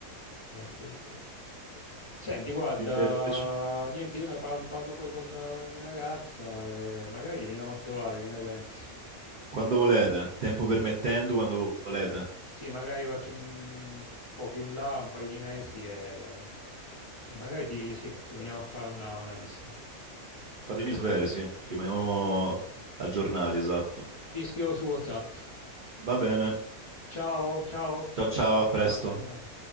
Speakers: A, on the left; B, on the right.
A: eh, sì, sì. Senti, guarda,
B: Invece,
A: niente, io ne parlo, parlo poi con la, con la mia ragazza e magari ti veniamo a trovare, che ne pensi?
B: quando volete, tempo permettendo, quando volete.
A: Sì, magari qualche mm, po' più in là, un paio di mesi e, e magari ti, sì, ti veniamo a fare una, una visita.
B: Fatemi sapere, sì, rimaniamo aggiornati, esatto.
A: Ti scrivo su WhatsApp.
B: Va bene.
A: Ciao, ciao,
B: Ciao ciao, a presto.
A: ciao, buona giornata.